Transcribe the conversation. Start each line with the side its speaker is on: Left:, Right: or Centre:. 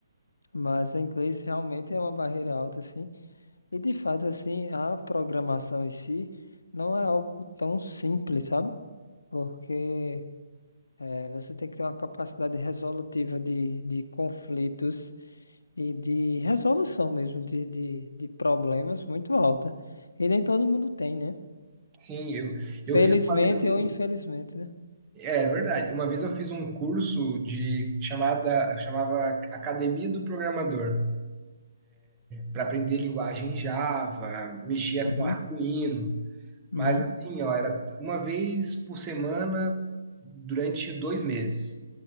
Left: mas o inglês realmente é uma barreira alta, assim. E de fato, assim, a programação em si não é algo tão simples, sabe? Porque eh, você tem que ter uma capacidade resolutiva de, de conflitos e de resolução mesmo de, de, de problemas muito alta. E nem todo mundo tem, né?
Right: Sim, eu,
Left: Felizmente
Right: eu fiz uma vez um,
Left: ou infelizmente, né?
Right: é é verdade, uma vez eu fiz um curso de chamada, chamava Academia do Programador, para aprender linguagem Java, mexia
Left: Uhum,
Right: com Arduino,
Left: uhum,
Right: mas assim, ó, era uma vez por semana durante dois meses,